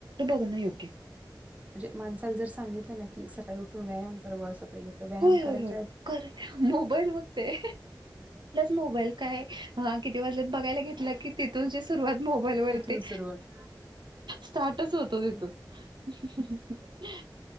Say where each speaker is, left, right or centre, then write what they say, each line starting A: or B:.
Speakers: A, on the right; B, on the right.
A: पुर्ण योग्य.
B: म्हणजे माणसाला जर सांगितलं ना की सकाळी उठून व्यायाम करावं असं पहिले तर व्यायाम
A: होय होय
B: करायचं
A: मोबाईल बघते मोबाईल काय किती वाज बघायला म्हणजे की तिथून जे सुरुवात मोबाईल वती
B: तिथून सुरुवात.
A: स्टार्टच होत तिथून
B: तेच.
A: हा